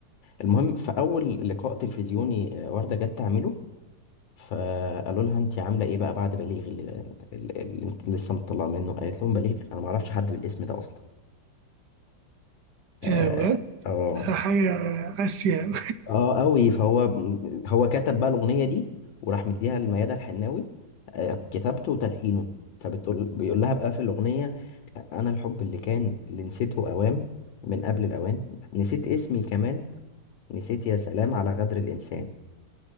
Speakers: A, on the left; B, on the right.
A: المهم في أول لقاء تلفزيوني آه، وردة جت تعمله فقالوا لها انت عامله ايه بقى بعد بليغ اللي, اللي اللي انت لسه مطلعه منه قالت لهم بليغ انا ما اعرفش حد بالاسم ده اصلا اه
B: يا بجد
A: اه
B: حاجة قاسية
A: اه قوي فهو هو كتب بقى الاغنيه دي وراح مديها لميادة الحناوي آه، كتابته وتلحينه فبتقول بيقول لها بقى في الاغنيه انا الحب اللي كان اللي نسيته اوام من قبل الاوان نسيت اسمي كمان نسيت يا سلام على غدر الانسان